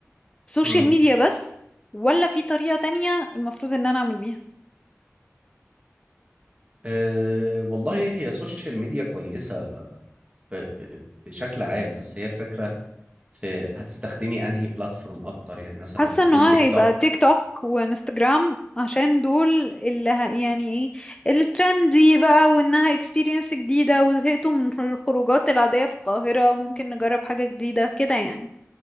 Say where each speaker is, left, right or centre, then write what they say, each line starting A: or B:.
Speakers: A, on the left (about 20°); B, on the right (about 25°).
A: سوشيال
B: مم.
A: ميديا بس ولا في طريقة تانية المفروض ان انا اعمل بيها
B: أه والله هي سوشيال ميديا كويسة ب- ب- بشكل عام بس هي الفكرة في هتستخدمي انهي بلاتفورم اكتر يعني مثلا
A: حاسه
B: هتستخدمي
A: ان هو
B: تيك
A: هيبقى
B: توك
A: تيك توك وانستجرام عشان دول اللي ه... يعني ايه الترندي بقى وانها اكسبيرينس جديده وزهقتوا من الخروجات العاديه في القاهره ممكن نجرب حاجه جديده كده يعني